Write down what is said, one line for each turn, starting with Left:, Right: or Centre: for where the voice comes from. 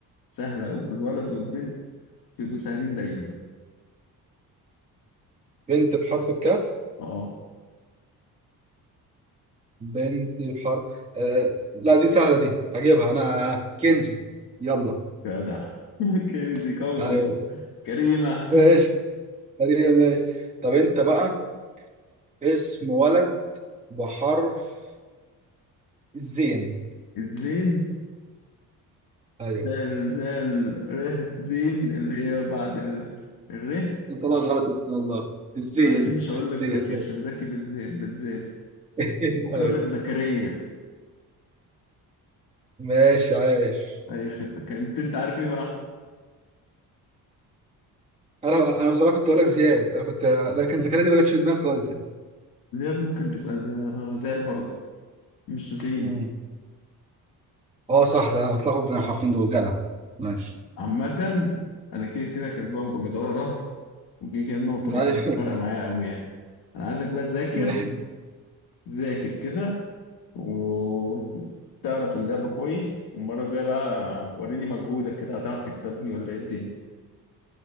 Left: سهلة والولد والبنت بيبقوا سهلين دايما
Right: بنت بحرف الكاف
Left: اه
Right: بنت بحرف آه... لا دي سهلة دي هجيبها أنا كنزي يلا
Left: جدع <laughs> كنزي كوثر
Right: يعني
Left: كريمة
Right: ماشي تقريبا ماشي طب أنت بقى اسم ولد بحرف الزين
Left: <laughs> الزين
Right: أيوه
Left: زال زال ره زين اللي هي بعد ال... الره
Right: طلع غلط إن شاء الله الزين
Left: أنا أكيد مش هقول
Right: الزين
Left: لك زكي عشان زكي بتزال بتزال
Right: <laughs>
Left: ممكن
Right: أيوه
Left: أقول لك زكريا
Right: ماشي عايش
Left: أي خدمة كنت أنت عارف إيه بقى
Right: أنا أنا بصراحة كنت أقول لك زياد أنا كنت لكن زكريا دي ما جاتش في دماغي خالص
Left: زياد ممكن تبقى ز- آه، زال برضه مش زين
Right: يعني. اه صح ده انا بتلخبط بين الحرفين دول جدع ماشي
Left: عامة أنا كده كده كسبان بجدارة وكده كده النقطة
Right: ده
Left: ما كانتش
Right: أيوه.
Left: فارقة معايا أوي يعني أنا عايزك بقى تذاكر
Right: <laughs>
Left: ذاكر كده وتعرف اللعبة كويس والمرة الجاية بقى وريني مجهودك كده هتعرف تكسبني ولا إيه الدنيا